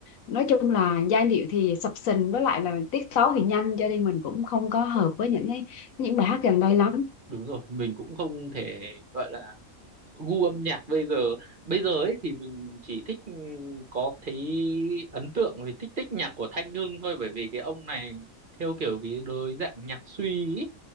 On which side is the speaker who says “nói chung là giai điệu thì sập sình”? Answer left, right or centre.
Left